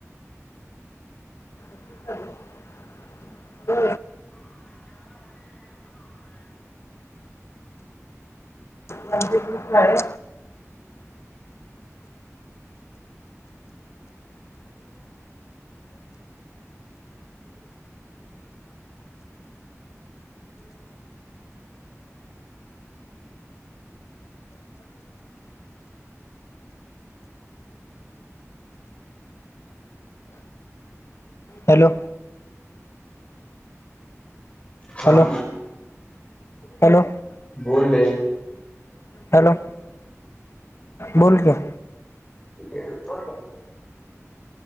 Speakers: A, on the left; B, on the left.
A: ह <unintelligible> हो नज क आहे हॅलो
B: हा
A: हॅलो हॅलो
B: बोल दे
A: हॅलो बोल क
B: येड तर का